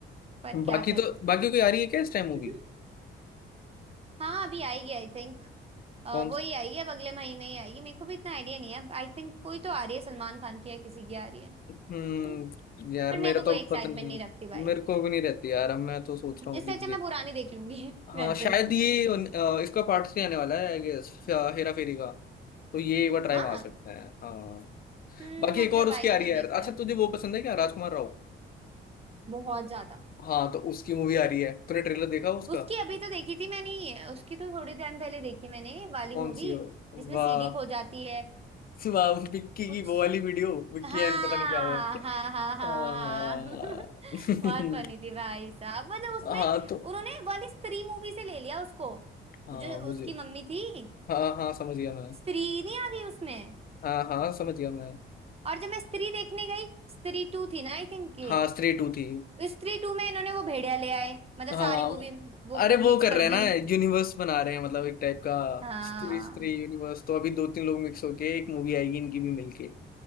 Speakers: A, on the right; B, on the left.
A: पर क्या
B: बाकी
A: करें
B: तो बाकी कोई आ रही है क्या इस टाइम
A: <laughs>
B: मूवी
A: हाँ अभी आएगी आई थिंक
B: कौन
A: वो ही आएगी अब अगले महीने ही आएगी मेरे को भी इतना आइडिया नहीं है आई थिंक कोई तो आ रही है सलमान खान की या किसी की आ रही है
B: हम्म
A: हम्म,
B: यार
A: पर मैं
B: मेरा
A: तो
B: तो
A: कोई
B: अब
A: एक्साइटमेंट
B: पता नहीं
A: नहीं रखती भाई
B: मेरे को भी नहीं रहती यार अब मैं तो सोच रहा हूँ
A: इससे
B: कि
A: अच्छा
B: देख
A: मैं पुरानी देख लूंगी <laughs>
B: हाँ
A: घर
B: शायद
A: पे
B: ये अ, इसका पार्ट थ्री आने वाला है आई गेस हेरा फेरी का तो ये एक बार ट्राई
A: हाँ
B: मार सकते हैं हाँ
A: हम्म
B: बाकी
A: अब
B: एक
A: जब
B: और उसकी
A: आएगी
B: आ रही
A: तब
B: है
A: देखते
B: यार अच्छा
A: हैं
B: तुझे वो पसंद है क्या राजकुमार राव
A: बहुत ज्यादा
B: हाँ तो उसकी मूवी आ रही है तूने ट्रेलर देखा उसका
A: उसकी अभी तो देखी थी मैंने ये, उसकी तो थोड़ी टाइम पहले देखी मैंने वाली
B: कौन
A: मूवी
B: सी हो
A: जिसमें
B: वाह
A: सीडी खो जाती है
B: वाह विक्की
A: कुछ
B: की वो वाली वीडियो विक्की
A: हाँ
B: एंड पता नहीं क्या हुआ
A: हाँ हाँ हाँ
B: आ,
A: हाँ <laughs>
B: <laughs>
A: बहुत फनी थी भाई साहब मतलब उसमें
B: हाँ तो
A: उन्होंने वाली स्त्री मूवी से ले लिया उसको
B: हाँ
A: जो
B: मुझे
A: उसकी मम्मी थी
B: हाँ हाँ समझ गया मैं
A: स्त्री नहीं आ गई उसमें
B: हाँ हाँ समझ गया मैं
A: और जब मैं स्त्री देखने गई स्त्री टू थी ना आई थिंक ये
B: हाँ स्त्री टू थी
A: तो स्त्री टू में इन्होंने वो भेड़िया ले आए मतलब
B: हाँ
A: सारी मूवी वो
B: अरे वो
A: मिक्स
B: कर
A: कर
B: रहे हैं ना
A: दी
B: यूनिवर्स बना रहे हैं मतलब एक टाइप का
A: हाँ
B: स्त्री स्त्री यूनिवर्स तो अभी दो तीन लोग मिक्स होके एक मूवी आएगी इनकी भी मिलके